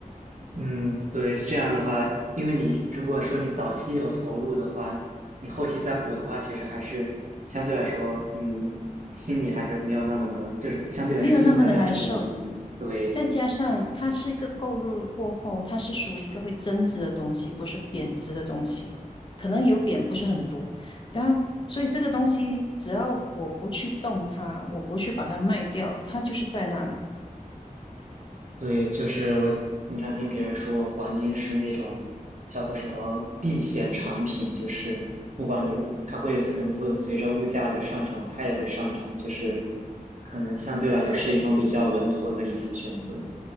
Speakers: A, on the right; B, on the left.
A: 嗯，对，这样的话，因为你如果说你早期有投入的话，你后期再补的话，其实还是相对来说，嗯，心里还是没有那么的，就是相对来说心里还是比较平衡的。
B: 没有那么的难受，
A: 对，
B: 再加上它是一个购入过后，它是属于一个会增值的东西，不是贬值的东西，可能有贬，不是很多。当然，所以这个东西只要我不去动它，我不去把它卖掉，它就是在那里。
A: 对，就是我经常听别人说，黄金是那种叫做什么避险产品，就是不管你物，它会可能会随着物价的上涨，它也会上涨，就是可能相对来说是一种比较稳妥的理财选择。
B: 对，